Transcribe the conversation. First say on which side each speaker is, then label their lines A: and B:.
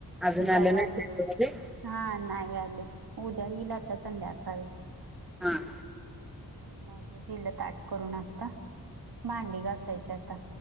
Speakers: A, in the centre; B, on the right.
A: अजून
B: जाऊ
A: नाही
B: आले
A: ते.
B: हा नाही आले. उद्या येईल आता संध्याकाळी.
A: हा ह
B: मग दिल ताट करून आता भांडी घासून घासायची आता